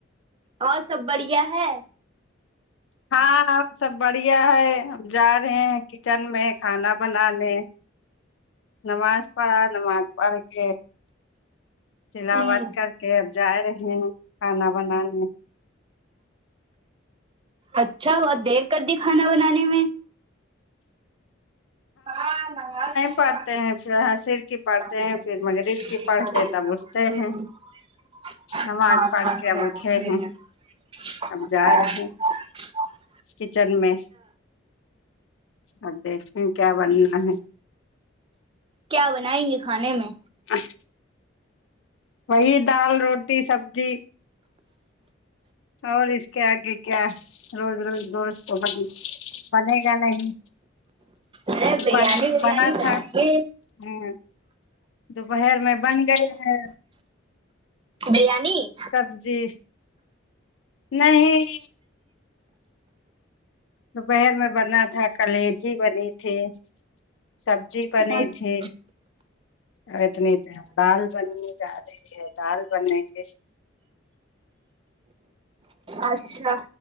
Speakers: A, on the right (about 25°); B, on the left (about 70°).
A: اور سب بڑھیا ہے
B: ہاں ہم سب بڑھیا ہے ہم جا رہے ہیں کچن میں کھانا بنانے نماز پڑھا نماز پڑھ کے تلاوت
A: ہوں
B: کر کے اب جا رہے ہیں کھانا بنانے
A: اچھا بہت دیر کر دی کھانا بنانے میں ہاں نماز نہیں
B: پڑھتے
A: پڑھ
B: ہیں پھر حسر کی پڑھتے
A: رے
B: ہیں پھر
A: <unintelligible>
B: مغرب کی پڑھ کے تب اٹھتے ہیں نماز پڑھ کے اب اٹھے ہیں اب جا رہے
A: <unintelligible>
B: ہیں
A: <inaudible>
B: کچن میں آج دیش میں کیا بنی ہے
A: کیا بنائیں گے کھانے میں
B: <unintelligible> وہی دال روٹی سبزی اور اسکے آگے کیا روز روز روز موبائل پڑھے گا نہیں
A: ارے بریانی
B: بن
A: بریانی
B: بنا
A: بنائیے
B: تھا ہمم دوپہر میں بن گئے ہیں
A: بریانی
B: سبزی نہیں دوپہر میں بننا تھا کلیجی بنی تھی سبزی بنی
A: اچھا
B: تھی اتنی دال بننی جا رہی ہے دال بنے گے
A: اچھا